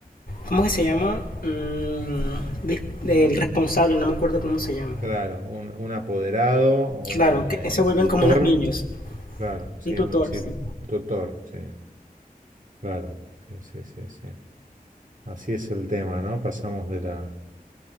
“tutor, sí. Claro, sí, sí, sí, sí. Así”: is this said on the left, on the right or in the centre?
Right